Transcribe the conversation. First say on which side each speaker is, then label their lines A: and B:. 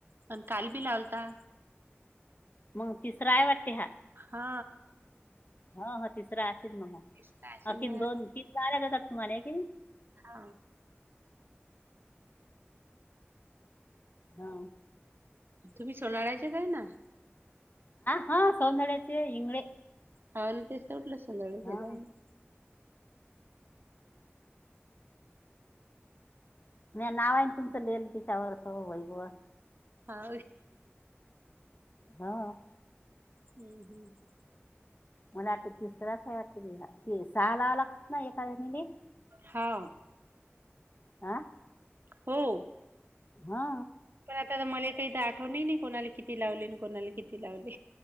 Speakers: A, on the right; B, on the left.
A: पण काल बी लावता.
B: मग तिसरा आहे वाटते हा.
A: हा
B: हा हा तिसरा असेल मग हा.
A: तेच तर असेल
B: अखिन
A: ना
B: दोन किती <unintelligible> तुम्हाला कि
A: हा
B: हा
A: तुम्ही सोनाळ्याचे नाही ना?
B: हो सोनाळ्याचे इंगळे.
A: हव न तेच तर म्हटलं सोनाळ्याचे
B: हा
A: <unintelligible>
B: नाही नाव आहे तुमचं लिहिल तिच्यावर वही वर
A: हा
B: हा.
A: हम्म हम्
B: मला आता तिसराच आहे वाटते. सहाच लावा लागते ना एका <unintelligible>
A: हा.
B: आं?
A: हो
B: हा
A: पण आता मला काही तर आठवणहि नाही कोणाला किती लावले आणि कोणाला किती लावले.